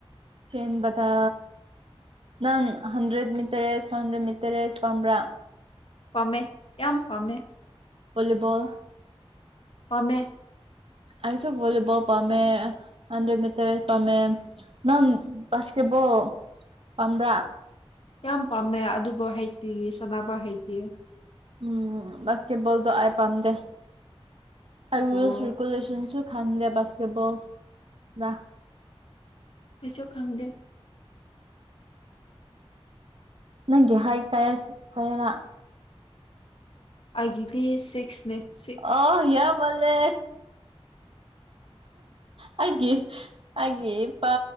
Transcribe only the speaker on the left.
ꯄꯥꯝꯃꯦ ꯌꯥꯝ ꯄꯥꯝꯃꯦ
ꯃ
ꯌꯥꯝ ꯄꯥꯝꯃꯦ ꯑꯗꯨꯕꯨ ꯍꯩꯇꯤ ꯁꯥꯟꯅꯕ ꯍꯩꯇꯤ
ꯑꯣ
ꯀꯩꯁꯨ ꯈꯪꯗꯦ
ꯑꯩꯒꯤꯗꯤ ꯁꯤꯛꯁꯅꯦ ꯁꯤꯛꯁ